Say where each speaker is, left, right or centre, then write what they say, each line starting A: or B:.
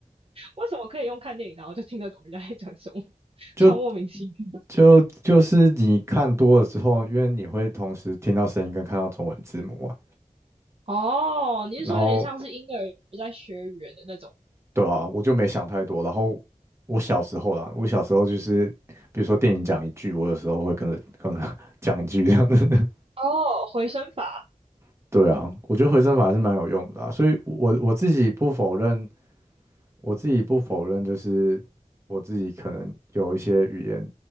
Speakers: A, on the right; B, on the right.
A: 为什么可以用看电影，然后就听得懂人家在讲什么，<laughs>
B: 就
A: 超莫名其妙。
B: 就就是你看多了之后，因为你会同时听到声音跟看到中文字幕啊，
A: 哦，你是说有点像是婴儿在学语言的那种？
B: 然后对啊，我就没想太多。然后我小时候啦，我小时候就是比如说电影讲一句，我有时候会跟着跟着 <laughs> 讲一句这样子。
A: 哦，回声法，
B: <laughs> 对啊，我觉得回声法还是蛮有用的啊所以我我自己不否认，我自己不否认，就是我自己可能有一些语言